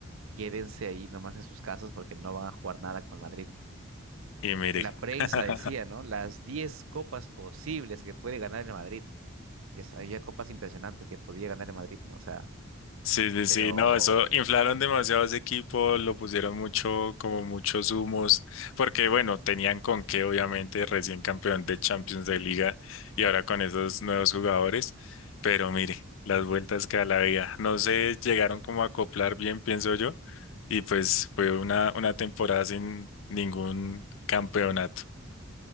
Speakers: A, on the right; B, on the left.
A: quédense ahí nomás en sus casas porque no van a jugar nada con el Madrid.
B: y mire.
A: La prensa
B: <laughs>
A: decía, ¿no? Las 10 copas posibles que puede ganar el Madrid. Y es- había copas impresionantes que podía ganar el Madrid, ¿no? O sea,
B: Sí, sí, sí,
A: pero
B: no, eso inflaron demasiado ese equipo, lo pusieron mucho, como muchos humos, porque bueno, tenían con qué, obviamente, recién campeón de Champions de Liga y ahora con esos nuevos jugadores, pero mire, las vueltas que da la vida, no se llegaron como a acoplar bien, pienso yo, y pues fue una, una temporada sin ningún campeonato.